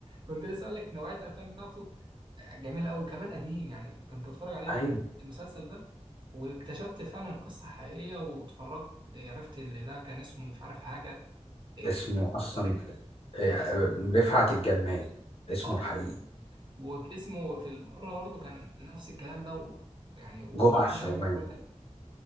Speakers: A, on the right; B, on the left.
A: كنت لسه اقول لك نوعيه الافلام بتاعته آه، جميله قوي وكمان قديم يعني كنت اتفرج عليه
B: أي
A: المسلسل ده واكتشفت فعلا قصه حقيقيه واتفرجت آه، عرفت اللي ده كان اسمه مش عارف حاجه إيه،
B: اسمه
A: اسمه
B: أصلا
A: غريب
B: آه،
A: اسمه
B: رفعت الجمال اسمه
A: اه
B: الحقيقي
A: واسمه في بره برضه كان نفس الكلام ده و- يعني وان
B: جمعة
A: هو
B: الشوام
A: يعمل كل ده